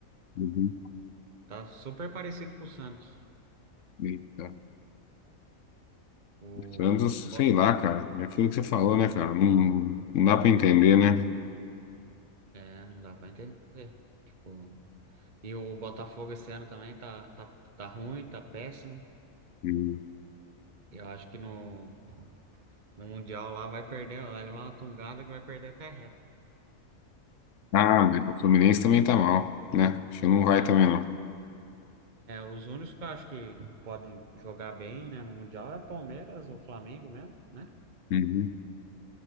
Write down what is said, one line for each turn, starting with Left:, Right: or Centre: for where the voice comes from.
Left: Uhum.
Right: Tá super parecido com o Santos.
Left: Eita.
Right: O,
Left: Santos,
Right: o, Bo-
Left: sei lá, cara. É aquilo que você falou, né, cara? Não, não dá pra entender, né?
Right: é, não dá pra entender. Tipo. E o Botafogo esse ano também tá, tá, tá ruim, tá péssimo.
Left: Hum.
Right: Eu acho que no, no Mundial lá vai perder, lá levar uma tungada que vai perder até reta.
Left: Ah, mas o Fluminense também tá mal, né? Acho que não vai
Right: É,
Left: também,
Right: o Fla-
Left: não.
Right: é, os únicos que eu acho que pode jogar bem, né, no Mundial é Palmeiras ou Flamengo mesmo, né?
Left: Uhum.